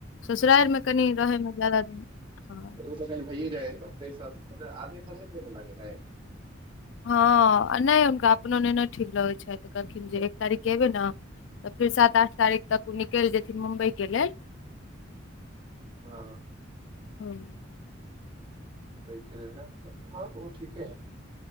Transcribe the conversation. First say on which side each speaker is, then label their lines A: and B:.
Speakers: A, on the left; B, on the right.
A: ससुराइर मे कनि रहयमे ज्यादा दिन हँ।
B: भैये जाये कनी से बैस मे आदमी सब ने बोलऽ लागेै हैय।
A: हँ नै हुनका अपनो नै ने ठीक लगै छै तऽ कहलखिन जे एक तारीख एबै ने- तऽ फेर सात आठ तारीख तक ओ निकैल जेथिन मुम्बइ के लेल।
B: ओ
A: हूँ।
B: तैं के लेल ने हँ ओहो ठीके हैय।